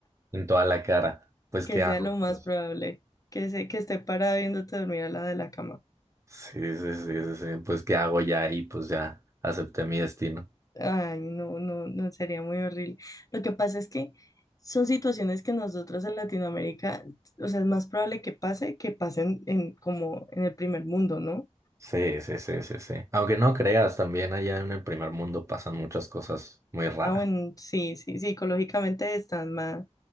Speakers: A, on the right; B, on the left.
A: en toda la cara. Pues,
B: Que
A: ¿qué
B: sea
A: hago?
B: lo más
A: Pues,
B: probable, que se, que esté parada viéndote dormir al lado de la cama.
A: sí, sí, sí, sí, sí. Pues, ¿qué hago ya ahí? Pues ya acepté mi destino.
B: Ay, no, no, no, sería muy horrible. Lo que pasa es que son situaciones que nosotros en Latinoamérica, o sea, es más probable que pase que pasen en, como en el primer mundo, ¿no?
A: Sí, sí, sí, sí, sí. Aunque no creas, también allá en el primer mundo pasan muchas cosas muy raras.
B: Ah, bueno, sí, sí, psicológicamente están más,